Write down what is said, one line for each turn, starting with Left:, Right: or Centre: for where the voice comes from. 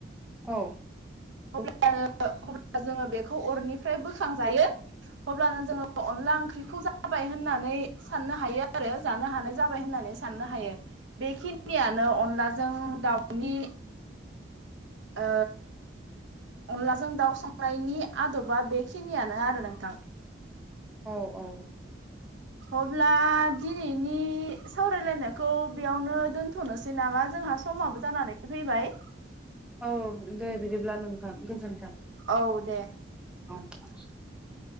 Centre: औ
Right: <unintelligible> अब्ला जोङो बेखौ अरनिफ्राय बोखांजायो अब्लानो जोङ अनला ओंख्रिखौ जा जाबाय होननानै साननो हायो आरो जानो हानाय जाबाय होननानै साननो हायो बेखिनि खिनियानो अनलाजों दाउ इ ओ अनलाजों दाउ संनायनि आदबा बेखिनियानो आरो नोंथां
Centre: औ औ
Right: अब्ला दिनैनि सावरायलायनायखौ बेयावनो दोनथनोसै नामा जोंहा समाबो जानानै फैबाय
Centre: औ दे बिदिब्ला नोंथां गोजोन्थों
Right: औ दे
Centre: <inaudible>